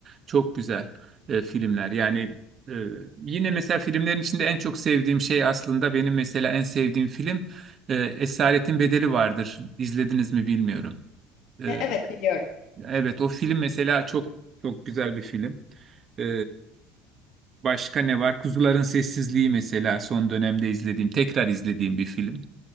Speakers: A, on the right; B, on the left.
A: çok güzel e, filmler. Yani e, yine mesela filmlerin içinde en çok sevdiğim şey aslında benim mesela en sevdiğim film e, Esaretin Bedeli vardır. İzlediniz mi bilmiyorum. E,
B: E, Evet biliyorum.
A: evet o film mesela çok çok güzel bir film. E, Başka ne var? Kuzuların Sessizliği mesela son dönemde izlediğim, tekrar izlediğim bir film.